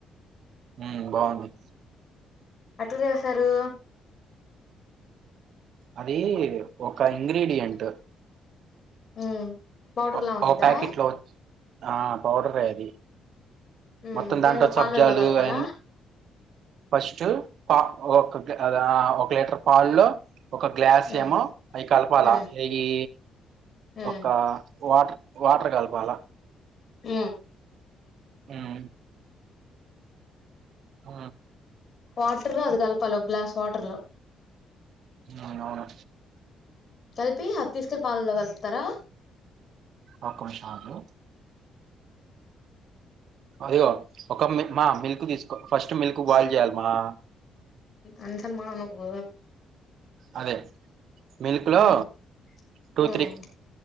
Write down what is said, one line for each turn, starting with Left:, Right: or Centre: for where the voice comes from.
Right: హ బాగుంది
Left: ఎట్లా చేసారు
Right: అదీ ఒక ఇంగ్రీడియంట్
Left: ఉమ్ పౌడర్లా
Right: ఒక
Left: ఉండిద్దా
Right: ప్యాకెట్ లో ఆ పౌడర్ ఏ అది
Left: మ్
Right: మొత్తం
Left: దేన్లో
Right: దాంట్లో
Left: పాలల్లో
Right: సబ్జాలు
Left: కలపాలా
Right: అవన్నీ ఫస్ట్ పా ఒక గ అద ఆ ఒక లీటర్ పాలుల్లో ఒక గ్లాస్
Left: ఉమ్
Right: ఏమో అయి కలపాలా
Left: ఉమ్
Right: ఏయీ
Left: ఉమ్
Right: ఒక వాటర్ వాటర్ కల్పు పాల
Left: ఉ
Right: ఉమ్ ఆ
Left: వాటర్ లో అది కలపాల ఒక గ్లాస్ వాటర్ లో
Right: ఆ అవును
Left: కలిపి అది తీసుకెళ్లి పాలల్లో కలపా తర
Right: అ కొన్నీసాలు అయ్యో ఒక మ మా మిల్క్ తీసుకో ఫస్ట్ మిల్క్ బాయిల్ చెయ్యలామా
Left: అన్నిసార్లు మన నకు పో
Right: అదే మిల్క్ లో
Left: ఉమ్
Right: టూ
Left: ఉమ్
Right: త్రీ